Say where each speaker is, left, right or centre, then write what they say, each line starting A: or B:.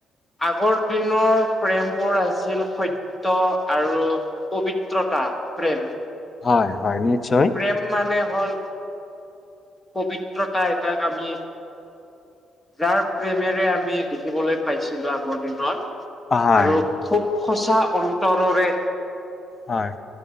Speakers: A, on the left; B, on the left.
A: আগৰ দিনৰ প্ৰেমবোৰ আছিল সত্য ত, আৰু পবিত্ৰতা প্ৰেম।
B: হয় - হয় নিশ্চয়।
A: প্ৰেম মানে হ'ল, পবিত্ৰতা এটাক আমি যাৰ প্ৰেমেৰে আমি দেখিবলৈ পাইছিলো আগৰ দিনত।
B: হয়
A: আৰু খুব সঁচা অন্তৰেৰে।
B: হয়।